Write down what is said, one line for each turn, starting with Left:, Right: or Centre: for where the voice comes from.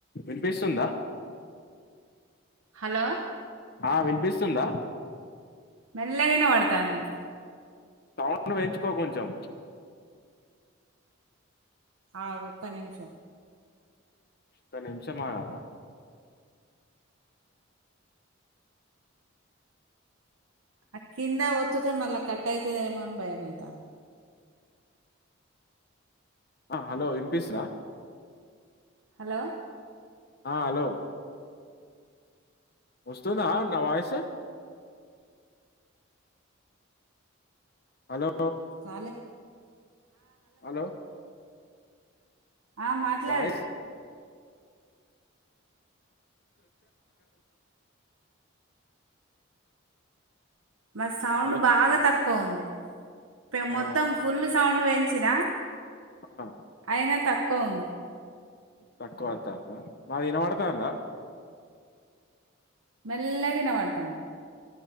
Left: వినిపిస్తుందా
Right: హలో
Left: ఆ వినిపిస్తుందా
Right: మెల్లగా వినవాడ్తాంది
Left: సౌండ్ పెంచుకో కొంచెం
Right: ఆగు ఒక్క నిమిషం
Left: ఒక నిమిషం ఆగాలా
Right: ఆ కింద ఒత్తుతే మళ్ళా కట్ ఐతాదోమో అని భయమయ్తాంది
Left: ఆ హలో ఇన్పిసరా
Right: హలో
Left: ఆ హలో వొస్తుందా నా వాయిస్ హలో
Right: కాలే
Left: హలో
Right: ఆ మాట్లాడు
Left: వాయిస్
Right: మాది సౌండ్
Left: హలో
Right: బాగా తక్కువ ఉంది పే
Left: ఆ
Right: మొత్తం ఫుల్ సౌండ్ వెంచిన
Left: ఆ
Right: అయినా తక్కువ ఉంది
Left: తక్కువత్తాంద మాది ఇనబడతందా
Right: మెల్లగా ఇనబడత